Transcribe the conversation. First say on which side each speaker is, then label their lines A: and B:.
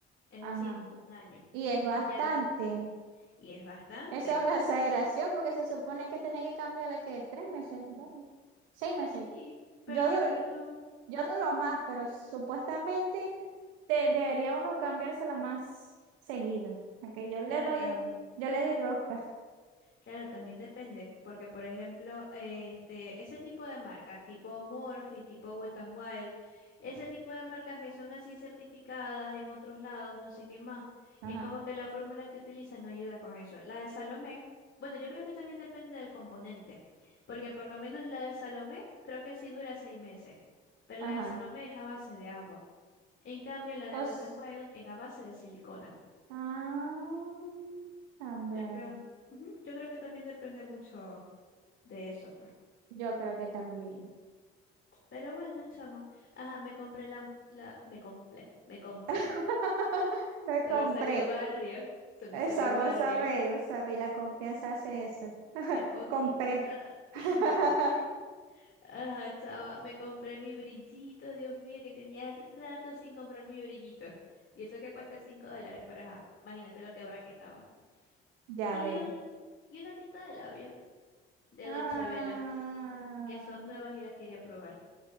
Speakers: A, on the left (about 45°); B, on the right (about 75°).
A: es
B: Ajá.
A: decir, un año.
B: Y es bastante.
A: Ya, y es bastante.
B: Esa es una exageración porque se supone que tenés que cambiarla que tres meses, dos, seis meses.
A: Sí, pero
B: Yo
A: me
B: duro,
A: imagino,
B: yo
A: ah,
B: duro más, pero supuestamente te- debería uno cambiársela más seguido. Aunque yo le
A: claro,
B: doy,
A: tan
B: yo le doy rosca.
A: Claro, también depende, porque por ejemplo, este, ese tipo de marcas, tipo Morphe, tipo Wet n Wild, ese tipo de marcas que son así certificadas en otros lados, no sé qué más,
B: Ajá,
A: es como que la fórmula que utilizan ayuda con eso. La de Salomé, bueno, yo creo que también depende del componente, porque por lo menos la de Salomé creo que sí dura seis meses, pero
B: ajá.
A: la de Salomé es a base de agua. En cambio, la de
B: Os,
A: Wet n Wild es a base de silicona.
B: ah, también.
A: Yo creo, ujú, yo creo que también depende mucho de eso, pues.
B: Yo creo que también.
A: Pero bueno, chama. Ajá, me compré la, la, me compré, me compré.
B: <laughs> Me
A: Se
B: compré.
A: me salió el barrio, se me
B: Esa,
A: salió el
B: vos
A: barrio,
B: sabéis, vos sabéis, la confianza hace eso.
A: el coqui.
B: Compré.
A: Ah,
B: <laughs>
A: <laughs> me compré. Ajá, chama, me compré mi brillito, Dios mío, que tenía rato sin comprar mi brillito. Y eso que cuesta 5 dólares, pero ajá, imagínate lo quebra que estaba.
B: Ya
A: Y,
B: veo.
A: un, y una tinta de labios de
B: Ah,
A: Dolce Vela, que son nuevas y las quería probar.